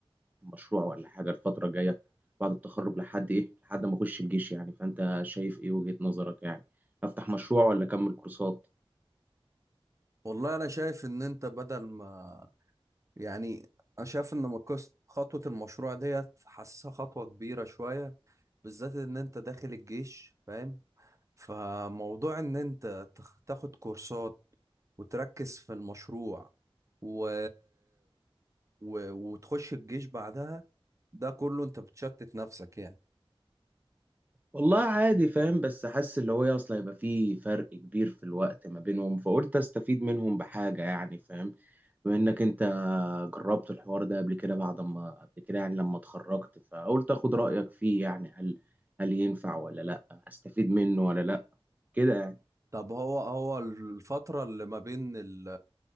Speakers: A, on the right (about 15°); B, on the right (about 30°).
A: مشروع ولا حاجة الفترة الجاية بعد التخرج لحد إيه لحد ما أخش الجيش يعني فأنت شايف إيه وجهة نظرك يعني أفتح مشروع ولا أكمل كورسات
B: والله انا شايف ان انت بدل ما يعني انا شايف ان مقص- خطوة المشروع ديت حاسسها خطوة كبيرة شوية بالذات ان انت داخل الجيش فاهم فموضوع ان انت تخ- تاخد كورسات وتركز في المشروع و... و... وتخش الجيش بعدها ده كله انت بتشتت نفسك يعني
A: والله عادي فاهم بس حاسس اللي هو إيه، أصل هيبقى في فرق كبير في الوقت ما بينهم فقلت أستفيد منهم بحاجة يعني فاهم بما إنك أنت جربت الحوار ده قبل كده بعد ما قبل كده يعني لما اتخرجت فقلت أخد رأيك فيه يعني هل هل ينفع ولا لأ أستفيد منه ولا لأ كده يعني.
B: طب هو هو الفترة اللي ما بين ال...